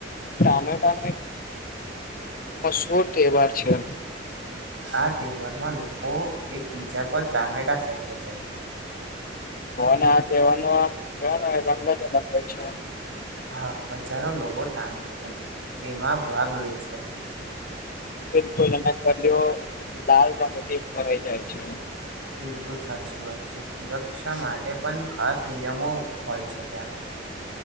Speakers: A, on the left; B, on the right.
A: ટામેટા નો એક મશૂર તહેવાર છે
B: આ તહેવારમાં લોકો એક બીજા પર ટામેટા સેકે છે
A: અને આ તહેવારનો આમ કને રંગ જ અલગ હોય છે
B: હા હજારો લોકો ટ તેમાં ભાગ લે છે
A: બિલકુલ અ લાલ રંગથી ભરાઈ જાય છે
B: બિલકુલ સાચી વાત છે સુરક્ષા માટે પણ ખાસ નિયમો હોય છે ત્યાં ભહી